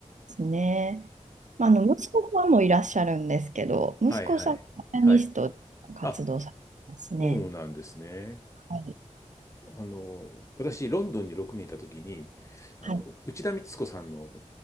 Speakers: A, on the right; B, on the left.
A: ですね。まあ、あの息子さんもいらっしゃるんですけど、息子さんはピアニストで活動されてますね。
B: はいはい。はい。あ、そうなんですね。
A: はい。
B: あの、私、ロンドンに6年いたときに、あの、
A: はい
B: 内田光子さんの